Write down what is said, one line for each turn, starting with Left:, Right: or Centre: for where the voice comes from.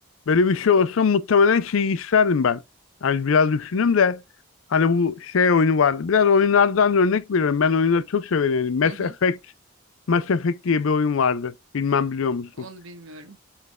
Left: böyle bir şey olsa muhtemelen şeyi isterdim ben. Yani biraz düşündüm de hani bu şey oyunu vardı. Biraz oyunlardan örnek veriyorum. Ben oyunları çok severim. Yani Mass
Right: Hı hı,
Left: Effect, Mass Effect diye bir oyun vardı. Bilmem biliyor musun?
Right: onu bilmiyorum.